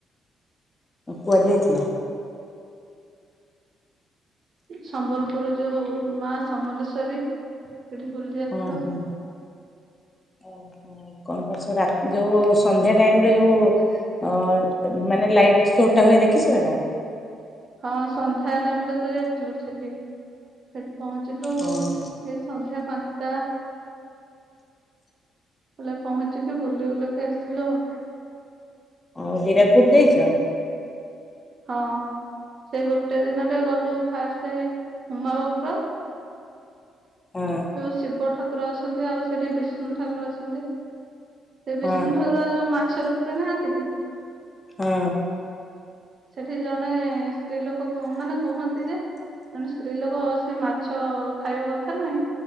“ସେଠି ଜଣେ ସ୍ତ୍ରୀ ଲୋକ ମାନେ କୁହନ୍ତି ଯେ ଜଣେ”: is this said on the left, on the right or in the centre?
Right